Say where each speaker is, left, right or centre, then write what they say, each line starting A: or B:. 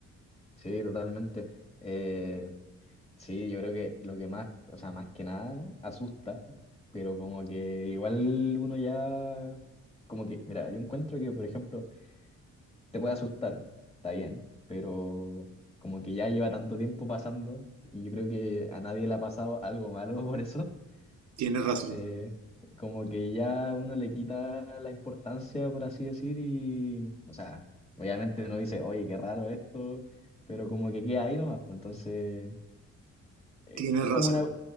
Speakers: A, on the left; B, on the right.
A: sí, totalmente. Eh, Sí, yo creo que lo que más, o sea, más que nada asusta, pero como que igual uno ya, como que, mira, yo encuentro que, por ejemplo, te puede asustar, está bien, pero como que ya lleva tanto tiempo pasando y yo creo que a nadie le ha pasado algo malo <laughs> por eso,
B: Tienes
A: ah,
B: razón,
A: eh, como que ya uno le quita la importancia, por así decir, y, o sea, obviamente uno dice, oye, qué raro esto, pero como que queda ahí nomás, pues, entonces eh,
B: tienes
A: es
B: razón.
A: como una,